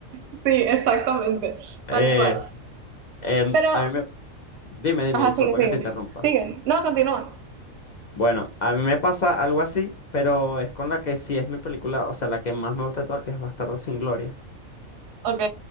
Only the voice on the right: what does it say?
sí, exactamente,
tal cual.
Pero,
ajá,
sigue, sigue,
sigue, no, continúa.
Ok,